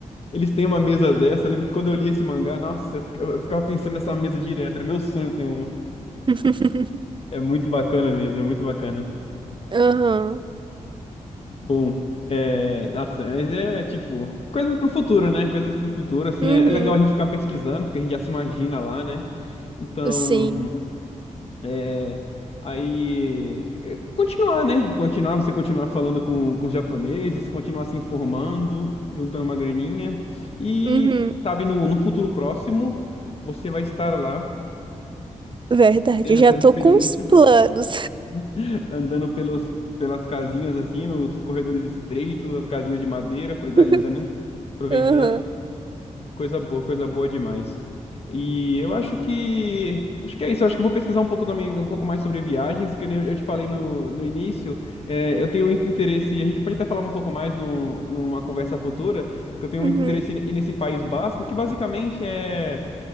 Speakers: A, on the left (about 45°); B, on the right (about 35°).
A: Eles têm uma mesa dessa, eu lembro que quando eu li esse mangá, nossa, eu fica- eu ficava pensando nessa mesa direto, era meu sonho ter uma.
B: <laughs>
A: É muito bacana mesmo, é muito bacana.
B: Aham.
A: Bom, é, nossa, mas é tipo, coisas pro futuro, né? Coisas pro futuro, assim,
B: Uhum.
A: é é legal a gente ficar pesquisando, porque a gente já se imagina lá, né? Então,
B: Sim.
A: é, aí, é, continuar, né? Continuar, você continuar falando com, com os japoneses, continuar se informando, juntando uma graninha, e,
B: Uhum.
A: sabe, no, no futuro próximo, você vai estar lá,
B: Verdade,
A: tendo
B: eu
A: essas
B: já tô
A: experiências,
B: com os planos.
A: <laughs> andando pelos, pelas casinhas, assim, nos corredores estreitos, as casinhas de madeira, coisa
B: <laughs>
A: linda, né? Aproveitando
B: Aham.
A: Coisa boa, coisa boa demais. E eu acho que. Acho que é isso. Eu acho que eu vou pesquisar um pouco também, um pouco mais sobre viagens, que nem eu eu te falei no, no início. é, eu tenho muito interesse, e a gente pode até falar um pouco mais num, numa conversa futura, que eu tenho
B: Uhum.
A: muito interesse em, em nesse País Basco, que basicamente é.